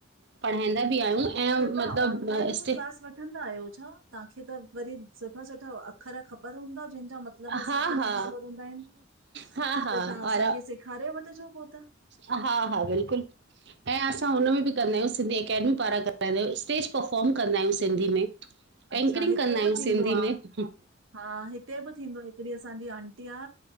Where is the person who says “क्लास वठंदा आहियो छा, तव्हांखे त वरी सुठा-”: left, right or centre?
Right